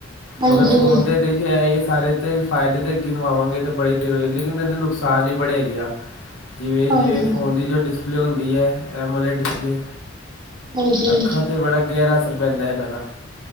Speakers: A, on the right; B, on the left.
A: ਹਾਂਜੀ
B: ਮਗਰ ਫੋਨ ਤੇ ਦੇਖੇ, ਇਹ ਸਾਰੇ ਤੇ ਫ਼ਾਇਦੇ ਤੇ ਗਿਣਵਾਵਾਂਗੇ ਤੇ ਬੜੇ ਦੇਰ, ਲੇਕਿਨ ਇਹਦੇ ਨੁਕਸਾਨ ਵੀ ਬੜੇ ਹੈਗੇ ਆ। ਜਿਵੇਂ, ਜਿਵੇਂ
A: ਹਾਂਜੀ।
B: ਫ਼ੋਨ ਦੀ ਜੋ ਡਿਸਪਲੇ ਹੁੰਦੀ ਐ, ਐਮੂਲੇ ਡਿਸਪਲੇ
A: ਹਾਂਜੀ
B: ਅੱਖਾਂ ਤੇ ਬੜਾ ਗਹਿਰਾ ਅਸਰ ਪੈਂਦਾ ਐ ਇਹਨਾਂ ਦਾ।